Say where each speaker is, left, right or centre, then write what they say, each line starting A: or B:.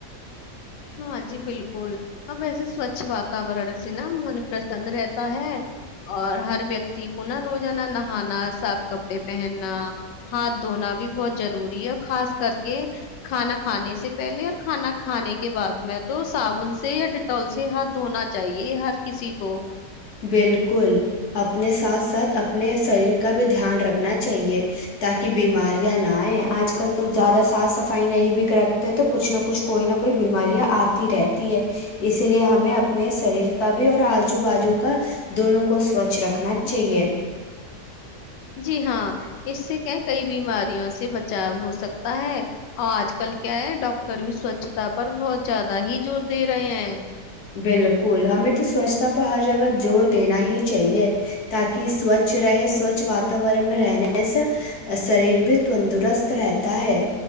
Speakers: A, on the left (about 85°); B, on the left (about 65°).
A: ہاں جی بالکل ا ویسے سچھ واتورن سے نا من پرسن رہتا ہے اور ہر ویکتی کو نہا روزانہ نہانا صاف کپڑے پہننا ہاتھ دھونا بھی بہت ضروری ہے اور خاص کر کے کھانا کھانے سے پہلے اور کھانا کھانے کے کے بعد میں تو صابن سے یا ڈیٹول سے ہاتھ دھونا چاہیے ہر کسی کو
B: بالکل اپنے ساتھ ساتھ اپنے شریر کا بھی دھیان رکھنا چاہیے تاکہ بیماریاں نہ آئے آج کل تو زیادہ صاف صفائی نہیں بھی رکھتے تو کچھ نہ کچھ کوئی نہ کوئی بیماریاں آتی رہتی ہے اسی لیے ہمیں اپنے شریر کا بھی اور آزو بازو کر دونوں کو سوچھ رکھنا چاہیے
A: جی ہاں اس سے کیا کئی بیماریوں سے بچاؤ ہو سکتا ہے اور آج کل کیا ہے ڈاکٹر بھی سوچھتا پر بہت زیادہ ہی زور دے رہے ہیں
B: بالکل ہمیں تو سوچھتا پ ہر جگہ زور دینا ہی چاہیے تاکہ سوچھ رہے سوچھ واتاورن میں رہنے سے شریر بھی تندرست رہتا ہے